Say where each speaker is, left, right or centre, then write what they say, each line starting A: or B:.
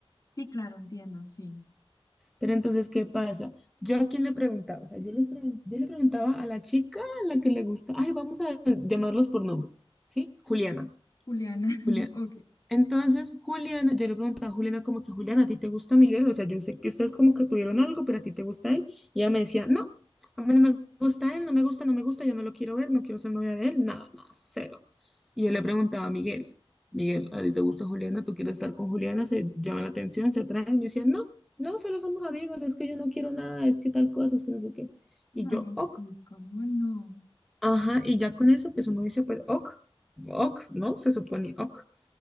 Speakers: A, on the left; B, in the centre.
A: sí, claro, entiendo, sí.
B: Pero entonces, ¿qué pasa? Yo a quién le preguntaba, o sea, yo, les pregun- yo le preguntaba a la chica a la que le gusta, ay, vamos a llamarlos por nombres, ¿sí? Juliana,
A: Juliana, <laughs>
B: Juliana.
A: ok.
B: Entonces, Juliana, yo le preguntaba a Juliana como que, Juliana, ¿a ti te gusta Miguel? O sea, yo sé que ustedes como que tuvieron algo, pero ¿a ti te gusta él? Y ella me decía, no, a mí no me gusta él, no me gusta, no me gusta, yo no lo quiero ver, no quiero ser novia de él, nada, nada, cero. Y yo le preguntaba a Miguel, Miguel, ¿a ti te gusta Juliana? ¿Tú quieres estar con Juliana? ¿Se llama la atención? ¿Se atraen? Y me decían, no, no, solo somos amigos, es que yo no quiero nada, es que tal cosa, es que no sé qué. Y yo,
A: Ay,
B: ok,
A: sí, cómo no.
B: ajá, y ya con eso, pues uno dice, pues ok, ok, ¿no? Se supone ok.